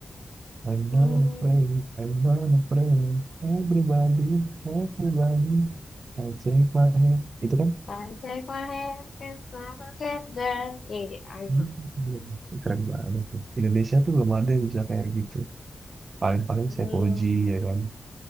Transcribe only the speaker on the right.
I'm
not afraid I'm not afraid everybody everybody I take my hand itu kan
Hmm, keren banget tuh Indonesia tuh belum ada yang bisa kayak gitu paling-paling
saya Koji ya kan